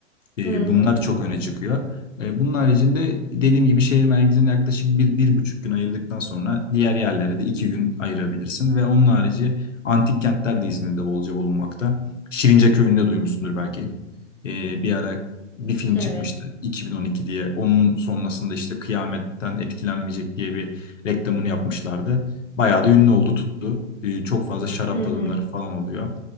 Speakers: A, on the left; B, in the centre.
A: E,
B: hı. hı.
A: bunlar çok öne çıkıyor. E, bunun haricinde dediğim gibi şehir merkezine yaklaşık bir, bir buçuk gün ayırdıktan sonra diğer yerlere de iki gün ayırabilirsin. Ve onun harici antik kentler de İzmir'de bolca bulunmakta. Şirince Köyü'nde duymuşsundur belki. E, bir ara bir film
B: Evet.
A: çıkmıştı 2012 diye. Onun sonrasında işte kıyametten etkilenmeyecek diye bir reklamını yapmışlardı. Bayağı da ünlü oldu tuttu. E, çok fazla şarap
B: Hı
A: tadımları
B: hı.
A: falan oluyor.